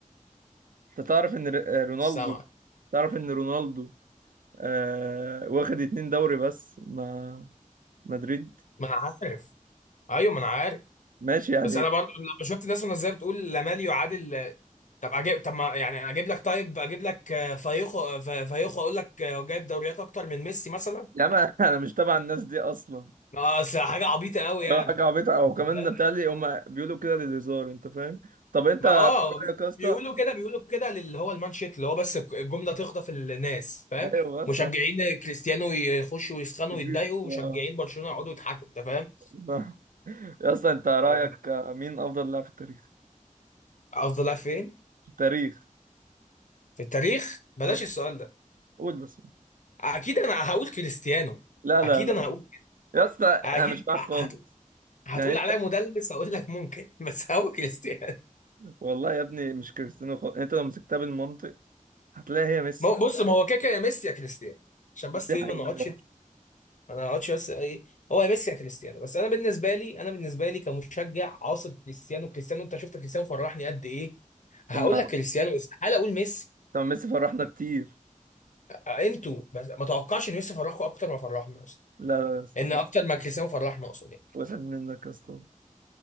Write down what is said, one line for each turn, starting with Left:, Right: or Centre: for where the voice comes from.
Right: انت تعرف ان ر- آه، رونالدو
Left: مش سامعك
Right: تعرف ان رونالدو آه واخد اتنين دوري بس مع مدريد
Left: ما انا عارف ايوه ما انا عارف
Right: ماشي يعني
Left: بس انا برضو لما شفت الناس وهي بتقول لامال يعادل طب اجيب طب ما يعني اجيب لك طيب اجيب لك آه، فايخو آه، ف- فايخو اقول لك آه، هو جايب دوريات اكتر من ميسي مثلا
Right: يا ما <laughs> انا مش تبع الناس دي اصلا
Left: اه اصل حاجه عبيطه قوي يعني
Right: اه حاجة عبيطة أو كمان
Left: انت فاهم
Right: بتهيألي هما بيقولوا كده للهزار أنت فاهم طب أنت
Left: ما اه بي-
Right: رأيك يا اسطى
Left: بيقولوا كده بيقولوا كده للي هو المانشيت اللي هو بس الجمله تخطف الناس فاهم
Right: أيوه بس
Left: مشجعين كريستيانو يخشوا ويسخنوا
Right: كتير
Left: ويتضايقوا ومشجعين
Right: آه.
Left: برشلونه يقعدوا يضحكوا انت فاهم
Right: <laughs> يا اسطى أنت رأيك
Left: آه،
Right: مين أفضل لاعب في التاريخ
Left: افضل لاعب فين
Right: في التاريخ
Left: في التاريخ بلاش
Right: آه.
Left: السؤال ده
Right: قول بس
Left: اكيد انا هقول كريستيانو
Right: لا لا
Left: اكيد
Right: لا
Left: انا هقول
Right: يا اسطى أنا
Left: اكيد
Right: مش معاك
Left: هت...
Right: خالص
Left: هتقول
Right: يعني أنت
Left: عليا مدلس هقول لك ممكن <laughs> بس هو كريستيانو
Right: والله يا ابني مش كريستيانو خالص يعني أنت لو مسكتها بالمنطق هتلاقي هي ميسي
Left: ما هو- بص ما هو كده كده يا ميسي يا كريستيانو عشان بس
Right: دي
Left: ايه
Right: حقيقة
Left: ما نقعدش ما نقعدش بس ايه هو يا ميسي يا كريستيانو بس انا بالنسبه لي انا بالنسبه لي كمشجع عاصر كريستيانو كريستيانو انت شفت كريستيانو فرحني قد ايه هقول
Right: طب ما
Left: لك كريستيانو استحاله اقول ميسي
Right: طب ما ميسي فرحنا كتير
Left: انتوا بس ما توقعش ان ميسي فرحكم اكتر ما فرحنا اصلا
Right: لا لا يا اسطى
Left: ان اكتر ما كريستيانو فرحنا اقصد يعني
Right: وسعت منك يا اسطى أنا